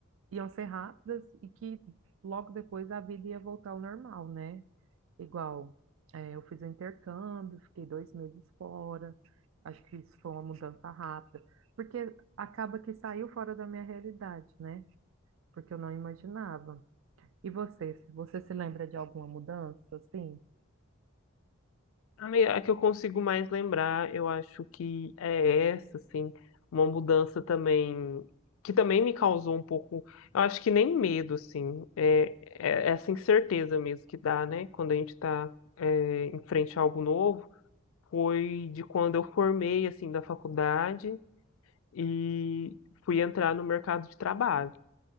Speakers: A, on the right; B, on the left.
A: iam ser rápidas e que logo depois a vida ia voltar ao normal, né? Igual, é, eu fiz o intercâmbio, fiquei dois meses fora. Acho que isso foi uma mudança rápida, porque acaba que saiu fora da minha realidade, né? Porque eu não imaginava. E você, se você se lembra de alguma mudança, assim?
B: A me- a que eu consigo mais lembrar, eu acho que é essa, assim, uma mudança também que também me causou um pouco, eu acho que nem medo, assim, é, é essa incerteza mesmo que dá, né? Quando a gente está em frente a algo novo, foi de quando eu formei assim da faculdade e fui entrar no mercado de trabalho.